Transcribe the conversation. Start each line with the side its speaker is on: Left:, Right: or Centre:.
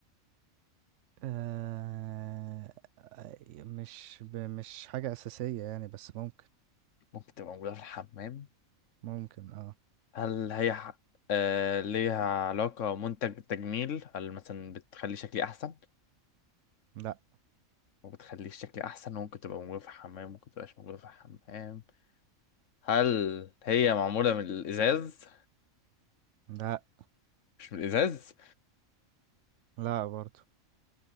Right: آه... آه، مش ب... مش حاجة أساسية يعني بس ممكن
Left: ممكن تبقى موجوده في الحمام
Right: ممكن اه
Left: هل هي ح- آه ليها علاقة منتج تجميل هل مثلا بتخلي شكلي أحسن
Right: لا
Left: وبتخلي شكلي أحسن وممكن تبقى موجودة في الحمام وممكن تبقاش موجودة في الحمام هل هي معمولة من الإزاز
Right: لا
Left: مش من الإزاز
Right: لا برضو